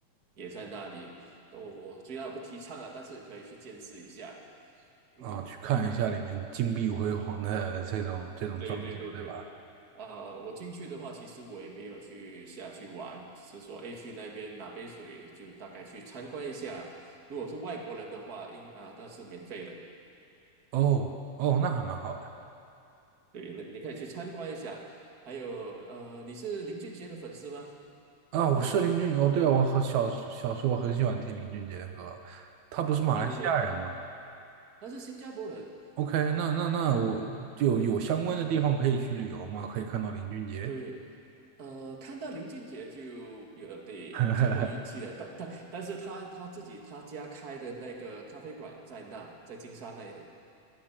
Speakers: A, on the right (about 35°); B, on the right (about 75°).
A: 也在那里，我虽然不提倡了，但是可以去见识一下，嗯，
B: 啊，去看一下里面金碧辉煌的这种这种装修，
A: 对对对对。
B: 对吧？
A: 呃，我进去的话，其实我也没有去下去玩，只是说，诶，去那边拿杯水，就大概去参观一下。如果是外国人的话，应啊，那是免费的，
B: 哦哦，那还蛮好的
A: 对，那你可以去参观一下。还有，呃，你是林俊杰的粉丝吗？
B: 啊。我是林俊，哦，对啊，我很小时小时候很喜欢听林俊杰的歌，他不是马来西亚人吗
A: 对，他是新加坡人，
B: ？OK，那那那我就有相关的地方可以去旅游吗？
A: 你
B: 可以看到林俊杰？
A: 对，呃，看到林俊杰就有得碰运气了，
B: <laughs>
A: 但但但是他他自己他家开的那个咖啡馆在那，在金沙那里。